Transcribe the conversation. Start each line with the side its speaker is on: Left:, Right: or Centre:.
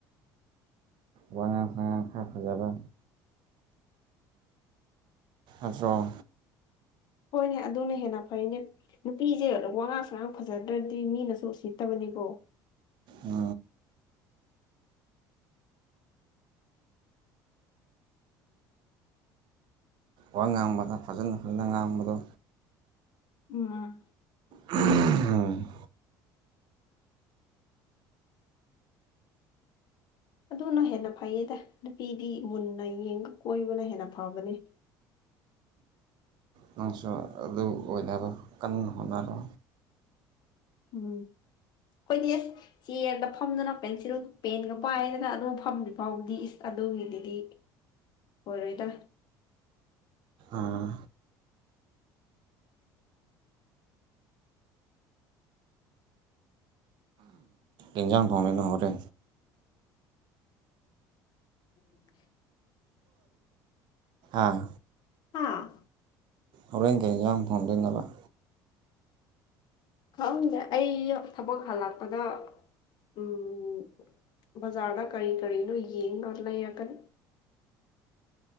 Right: ꯋꯥꯥꯡ ꯁꯉꯥꯡ ꯈ ꯐꯖꯕ ꯑꯗꯨꯣ
Left: ꯍꯣꯏꯅꯦ ꯑꯗꯨꯅ ꯍꯦꯟꯅ ꯐꯩꯅꯦ ꯅꯨꯄꯤꯁꯦ ꯋꯥꯉꯥꯡ ꯁꯉꯥꯡ ꯐꯖꯗ꯭ꯔꯗꯤ ꯃꯤꯅꯁꯨ ꯁꯤꯠꯇꯕꯅꯤ ꯀꯣ
Right: ꯑ ꯋꯥ ꯉꯥꯡꯕꯗ ꯐꯖꯅ ꯐꯖꯅ ꯉꯥꯡꯕꯗꯣ
Left: ꯑꯝ
Right: ꯎꯝ
Left: ꯑꯗꯨꯅ ꯍꯦꯟꯅ ꯐꯩꯌꯦꯗ ꯅꯨꯄꯤꯗꯤ ꯃꯨꯟꯅ ꯌꯦꯡꯒ ꯀꯣꯏꯕꯅ ꯍꯦꯟꯅ ꯐꯕꯅꯦ
Right: ꯅꯪꯁꯨ ꯑꯗꯨ ꯑꯣꯏꯅꯕ ꯀꯟꯅ ꯍꯣꯠꯅꯔꯣ
Left: ꯎꯝ ꯑꯩꯈꯣꯏꯗꯤ ꯑꯦꯁ ꯆꯤꯌꯔꯗ ꯐꯝꯗꯅ ꯄꯦꯟꯁꯤꯜꯒ ꯄꯦꯟꯒ ꯄꯥꯏꯗꯅ ꯑꯗꯨ ꯐꯝꯗ꯭ꯔꯤ ꯐꯥꯎꯕꯗꯤ ꯏꯁ ꯑꯗꯨꯒꯤꯗꯨꯗꯤ ꯑꯣꯏꯔꯣꯏꯗ
Right: ꯑꯥ ꯏꯟꯖꯥꯡ ꯅꯤ ꯅꯍꯣꯔꯦ
Left: ꯎ <inaudible>
Right: ꯑꯥ
Left: ꯍꯥꯥ
Right: ꯍꯣꯔꯦꯜ ꯀꯔꯤ ꯍꯦꯟꯖꯥꯡ ꯊꯣꯪꯗꯣꯏ
Left: ꯈꯪꯗꯦ ꯑꯩ ꯊꯕꯛ ꯍꯜꯂꯛꯄꯗ ꯎꯝ ꯕꯖꯥꯗ ꯀꯔꯤ ꯀꯔꯤꯅꯣ ꯌꯦꯡ ꯉꯂ ꯌꯥꯀꯟ